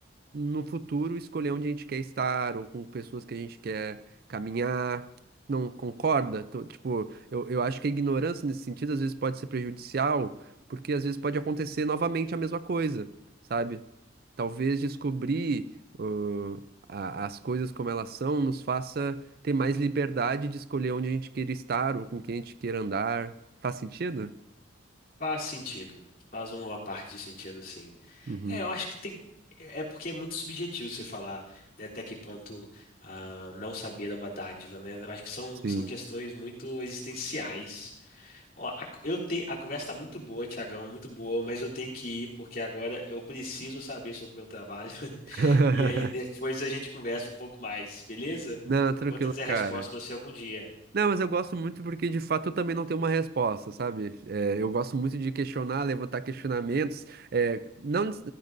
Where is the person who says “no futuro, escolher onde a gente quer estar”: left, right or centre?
Right